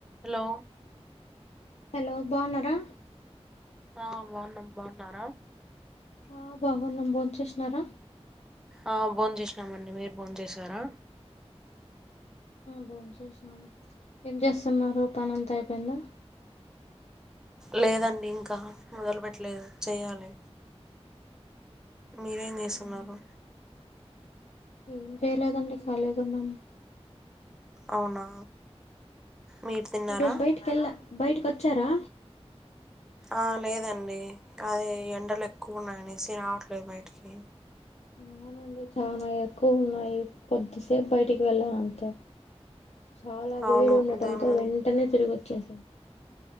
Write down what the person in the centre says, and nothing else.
hello
ఆ బాగున్నాం బాగుంటారా
ఆ భోజనం చేసినామండి మీరు బోంద చేసారా
లేదండి ఇంకా మొదలుపెట్ లేదు చేయాలి మీరేం చేస్తున్నారు
అవునా మీరు తిన్నారా
ఆ లేదండి అదే ఎండలు ఎక్కువ ఉన్నాయనేసి రావట్లేదు బయటికి
అవును
ఉదయం నుం